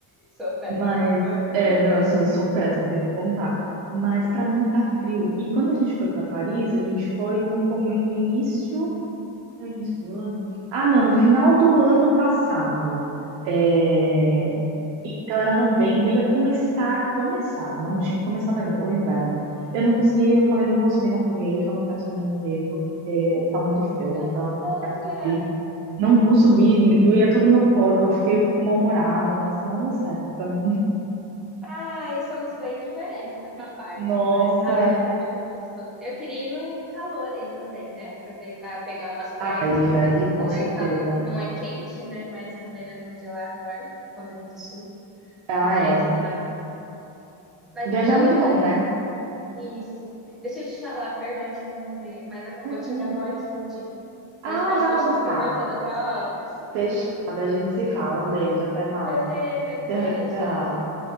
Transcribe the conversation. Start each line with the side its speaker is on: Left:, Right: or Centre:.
Centre: sou péssima.
Right: Mas,
Centre: Ah.
Right: é, não, eu sou, eu sou péssima, tenho que contar. Mas pra mim tá frio. E quando a gente foi pra Paris, a gente foi no, come- no início. No início do ano? Ah, não, no final do ano passado. É,
Centre: Uhum.
Right: Então era novembro, ia começar, começar, não tinha começado ainda, o inverno. Eu não consegui, eu falei, não vou subir na Torre Eiffel, não quero subir na Torre Eiffel, porque tá muito frio,
Centre: Caramba!
Right: então eu não quero subir. Não, não subi, doía todo o meu corpo, eu fiquei, eu fico mal-humorada, nossa, não deu certo pra mim.
Centre: Ai, somos bem diferentes nessa
Right: <laughs>
Centre: parte,
Right: Nossa,
Centre: mas, ai, mas é muito gostoso. Eu queria ir no calor aí também, né? Aproveitar, pegar umas praias
Right: aí,
Centre: que disseram
Right: aí,
Centre: que
Right: com
Centre: não
Right: certeza.
Centre: é, cal... não é quente, né? Mas também não é tão gelada, eu acho, quando aqui do sul.
Right: Ah,
Centre: Mas,
Right: é.
Centre: ai, mas
Right: Viajar
Centre: eu
Right: é muito bom,
Centre: também.
Right: né?
Centre: Isso. Deixa eu te falar, perdão te interromper, mas acabou
Right: Imagina.
Centre: de chegar meu iFood.
Right: Ai,
Centre: A gente pode
Right: vai
Centre: continuar
Right: lá buscar.
Centre: conversando outra hora.
Right: Fechado, a gente se fala. Um beijo, até mais.
Centre: <laughs> Beleza,
Right: <laughs>
Centre: beijo,
Right: Tchau, tchau.
Centre: até.